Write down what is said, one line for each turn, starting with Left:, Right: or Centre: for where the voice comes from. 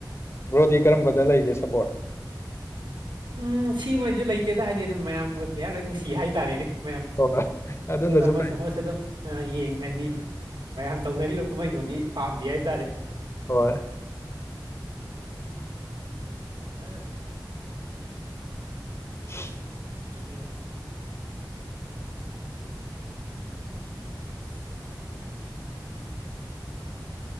Left: ꯕ꯭ꯔꯣꯗꯤ ꯀꯔꯝꯕꯗ ꯂꯩꯒꯦ ꯁꯞꯄꯣꯔꯠ
Right: ꯎꯝ ꯁꯤꯃꯉꯩꯁꯨ ꯂꯩꯇꯦꯗ ꯍꯥꯏꯗꯤ ꯑꯗꯨꯝ ꯃꯌꯥꯝ ꯑꯣꯏ ꯄ꯭ꯂꯦꯌꯥꯔ ꯂꯣꯏ ꯅꯨꯡꯁꯤ ꯍꯥꯏꯇꯥꯔꯦꯅꯦ ꯃꯌꯥꯝ
Left: ꯍꯣꯏ ꯑꯗꯨꯅꯁꯨ
Right: ꯑꯗꯨꯅ ꯑꯃꯁꯨ
Left: ꯐꯩ
Right: ꯑꯃꯁꯨ ꯑꯗꯨꯝ ꯑ ꯌꯦꯡ ꯍꯥꯏꯗꯤ ꯃꯌꯥꯝ ꯇꯧꯅꯔꯤꯕ ꯀꯨꯝꯍꯩꯗꯨꯗꯤ ꯄꯥꯝꯗꯦ ꯍꯥꯏꯇꯥꯔꯦ
Left: ꯍꯣꯏ
Right: <unintelligible>
Left: <inaudible>
Right: <unintelligible> <inaudible>